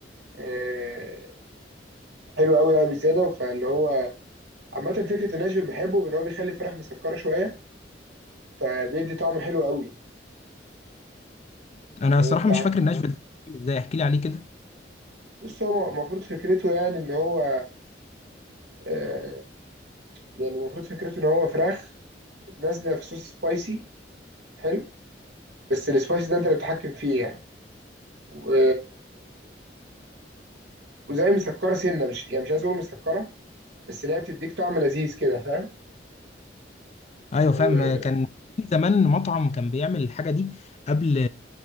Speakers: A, on the right; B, on the left.
A: آه، حلو قوي يعني بزياده فاللي هو عامه فكره الناشفيل بحبه ان هو بيخلي الفراخ مسكره شويه فبيدي طعم حلو قوي
B: انا
A: لو
B: الصراحه
A: انت عارفه
B: مش فاكر ناشفيل ازاي احكي لي عليه كده
A: بص هو المفروض فكرته يعني ان هو آه، يعني المفروض فكرته ان هو فراخ نازله في صوص سبايسي حلو بس السبايسي ده انت اللي بتتحكم فيه يعني و... وزي مسكره سنه مش يعني مش عايز اقول مسكره بس اللي هي بتديك طعم لذيذ كده فاهم
B: ايوه
A: و
B: فاهم كان في زمان مطعم كان بيعمل الحاجه دي قبل